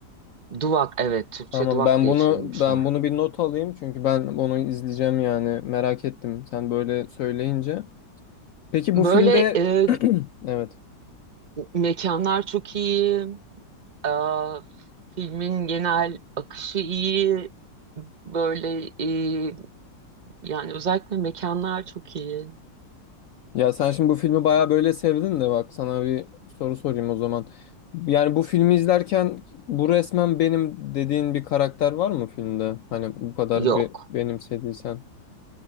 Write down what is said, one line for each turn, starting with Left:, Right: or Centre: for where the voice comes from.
Right: Duvak evet Türkçe
Left: Tamam
Right: duvak
Left: ben
Right: diye
Left: bunu
Right: çevirmişler.
Left: ben bunu bir not alayım çünkü ben bunu izleyeceğim yani merak ettim sen böyle söyleyince. Peki
Right: Böyle
Left: bu filmde
Right: eee,
Left: <clears throat> evet.
Right: mekanlar çok iyi. eee, filmin genel akışı iyi. Böyle eee, yani özellikle mekanlar çok iyi.
Left: Ya sen şimdi bu filmi bayağı böyle sevdin de bak sana bir soru sorayım o zaman. Yani bu filmi izlerken bu resmen benim dediğin bir karakter var mı filmde? Hani bu kadar
Right: Yok.
Left: be benimsediysen.